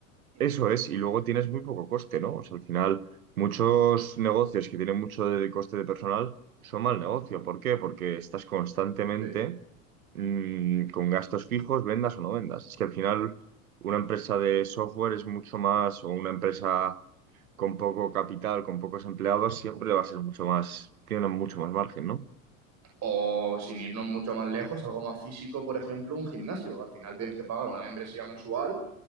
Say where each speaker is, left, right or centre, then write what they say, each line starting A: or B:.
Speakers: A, on the right; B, on the right.
A: mm,
B: eso es, y luego tienes muy poco coste, ¿no? O sea, al final, muchos negocios que tienen mucho de coste de personal son mal negocio. ¿Por qué? Porque estás constantemente
A: Sí.
B: mm, con gastos fijos, vendas o no vendas. Es que al final, una empresa de software es mucho más, o una empresa con poco capital, con pocos empleados, siempre va a ser mucho más, tiene mucho más margen, ¿no?
A: O sin irnos mucho más lejos, algo más físico, por ejemplo, un gimnasio. Al final tienes que pagar una membresía mensual